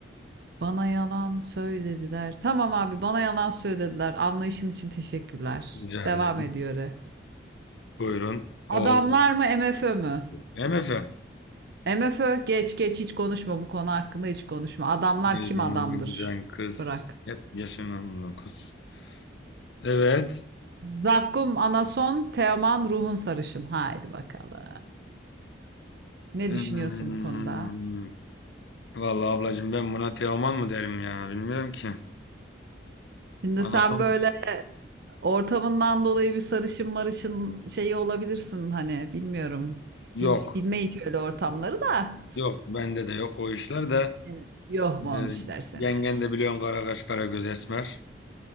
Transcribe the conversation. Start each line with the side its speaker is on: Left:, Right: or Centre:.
Right: bana yalan söylediler. Tamam abi bana yalan söylediler. Anlayışın için teşekkürler.
Left: Rica
Right: Devam
Left: ederim.
Right: ediyor. e.
Left: Buyurun.
Right: Adamlar
Left: Oo.
Right: mı MFÖ mü?
Left: MF.
Right: MFÖ geç geç hiç konuşma bu konu hakkında hiç konuşma. Adamlar
Left: Yanıma
Right: kim adamdır?
Left: güzel kız.
Right: Bırak.
Left: Hep yaşın 19. Evet.
Right: Zakkum Anason, Teoman Ruhun Sarışın. Haydi bakalım. Ne
Left: Hmm.
Right: düşünüyorsun bu konuda?
Left: Vallahi ablacığım ben buna Teoman mı derim ya bilmiyorum ki.
Right: Şimdi
Left: Anason
Right: sen böyle Ortamından dolayı bir sarışın marışın şeyi olabilirsin hani bilmiyorum.
Left: yok.
Right: Biz bilmeyik öyle ortamları da.
Left: Yok bende de yok o işler de.
Right: Evet. Yok mu onun
Left: Ee,
Right: işler seninle?
Left: yengen de biliyorsun kara kaş kara göz esmer.